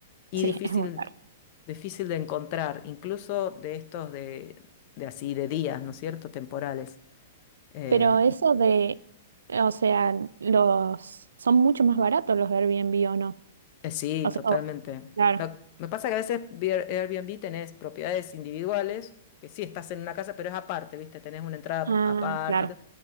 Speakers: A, on the left; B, on the right.
A: y
B: Sí,
A: difícil,
B: es muy caro.
A: difícil de encontrar, incluso de estos de, de así, de días, ¿no es cierto?, temporales. Eh,
B: Pero eso de, o sea, los son mucho más baratos los Airbnb o no.
A: Eh, Sí,
B: O sea,
A: totalmente.
B: oh, claro.
A: Lo- me pasa que a veces Vier- Airbnb tenés propiedades individuales, que sí estás en una casa, pero es aparte, ¿viste? Tenés una entrada
B: Ah,
A: aparte
B: claro.
A: y todo.